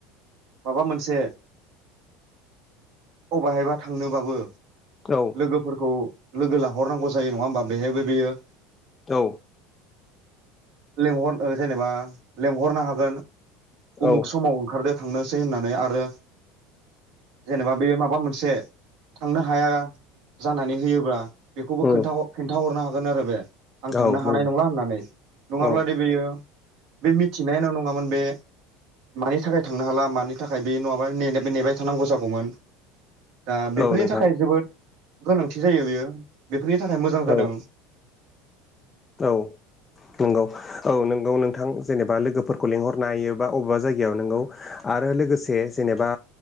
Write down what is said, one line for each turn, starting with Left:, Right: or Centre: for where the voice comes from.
Right: माबा मोनसे अबहायबा थांनोबाबो
Left: औ
Right: लोगोफोरखौ लोगो लाहरनांगौ जायो नङा होमबा बेहायबो बेयो
Left: औ
Right: लेंहर जेनेबा लेंहरनो हागोन। उमुख
Left: औ
Right: समाव ओंखारदो थांनोसै होननानै आरो जेनेबा बे माबा मोनसे थांनो हाया जानानै होयोब्ला बेखौबो
Left: उम
Right: खोन्था खोन्थाहरनो हागोन आरो बे आं थांनो
Left: औ नंगौ
Right: हानाय नंला होननानै नङाब्ला
Left: औ
Right: दि बेयो बे मिथिनायानो नङामोन बे मानि थाखाय थांनो हाला मानि थाखाय बे नङाबा ने नेबाय थानांगौ जागौमोन। दा बेफोरनि
Left: औ नोंथां
Right: थाखाय जोबोद गोनांथि जायो बेयो बेफोरनि थाखाय मोजां जादों।
Left: औ औ नोंगौ औ नोंगौ नोंथां जेनेबा लोगोफोरखौ लिंहरनो हायोबा अबेबा जायगायाव नोंगौ। आरो लोगोसे जेनेबा